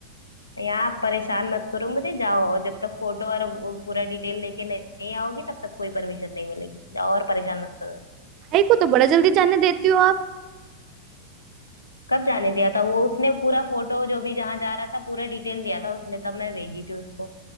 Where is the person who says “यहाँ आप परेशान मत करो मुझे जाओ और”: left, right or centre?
Left